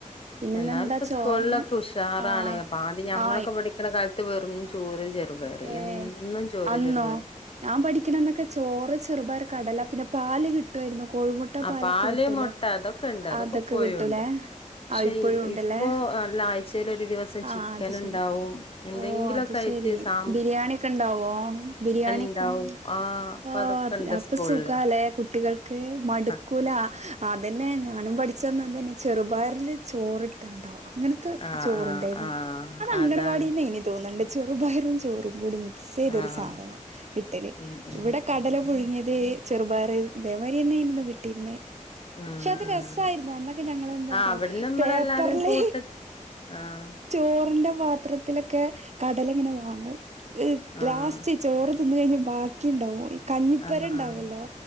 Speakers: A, on the right; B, on the left.
A: പിന്നെന്നെന്താ
B: എന്നാല് ഇപ്പ
A: ചോറിന്
B: സ്കൂൾലൊക്ക ഉഷാറാണ്
A: ആ
B: പാണ്ട് ഞങ്ങളൊക്ക
A: ആ
B: പഠിക്ക്ണ കാൽത്ത് വെറും ചോറ് ചെറുപയറ്
A: ഏ
B: എന്നും ചോറ്
A: അന്നോ
B: ചെറുപയറ്
A: ഞാൻ പഠിക്ക്ണ അന്നൊക്കെ ചോറ്, ചെറുപയറ് കടല പിന്നെ പാല് കി ട്ടുവായിരുന്നു കോഴിമുട്ട
B: ആഹ്
A: പാലൊക്ക
B: പാല്
A: കിട്ടൂലോ
B: മുട്ട അതൊക്കെ ഉണ്ട് അതൊക്കെ
A: അതക്ക
B: ഇപ്പോഴുണ്ട്
A: കിട്ടൂലേ
B: പക്ഷെ
A: ആ ഇപ്പോഴും ഉണ്ടല്ലേ
B: ഇപ്പൊ നല്ല ആഴ്ചേല് ഒരു ദിവസം
A: ആ
B: ചിക്കന്
A: അത് ശരി
B: ഇണ്ടാവും എന്തെങ്കിലോക്ക
A: ഓ അത്
B: ആയിറ്റ്
A: ശെരി
B: സാ
A: ബിരിയാണി ഒക്ക ഇണ്ടാവോ ബിരിയാണിക്കെ
B: ഉണ്ടാവും ആഹ് അപ്പൊ
A: ഓ
B: അതൊക്കെ ഉണ്ട്
A: അപ്പ
B: സ്കൂളില്
A: സുഖാ ലെ കുട്ടികൾക്ക് മട്ക്കൂല
B: ആഹ്
A: അതന്നെ ഞാനും പഠിച്ച അന്ന് അതന്നെ ചെറുപയർല് ചോറ്ട് ട്ട്ണ്ടോ അങ്ങനത്തെ
B: ആഹ്
A: ചോറ്
B: ആഹ്
A: ഇണ്ടായ്‌ന്ന്
B: ആഹ്
A: അത് അങ്കണവാടിന്നെനി
B: അതാണ്
A: തോന്ന്ണ്ട് ചെറുപയറും ചോറും കൂടി മിക്സ് ചെയ്തൊരു
B: ആഹ്
A: സാധനാ കിട്ടല്
B: ഉം ഉം
A: ഇവട കടല പുഴുങ്ങിയത് ചെറുപയറ് ഇതെമാരിന്നെയ്‌ര്ന്നു കിട്ടിര്ന്നേ
B: ഉം
A: പക്ഷെ അത്
B: ഉം
A: രസായിരുന്നു അന്നൊക്കെ ഞങ്ങള് എന്താറിയോ
B: ആഹ് അവിടുന്ന് നമ്മളെല്ലാരും
A: പേപ്പറർല്
B: കൂട്ട ആഹ്
A: ചോറ്ന്റെ പാത്രത്തിലൊക്കെ കടല ഇങ്ങനെ വാങ്ങൂ
B: ആഹ്
A: ലാസ്റ്റ് ചോറ് തിന്ന് കഴിഞ്ഞ് ബാക്കി ഇണ്ടാവും ഇ കഞ്ഞിപ്പെര
B: ആഹ്
A: ഇണ്ടാവോല്ലോ
B: ആഹ്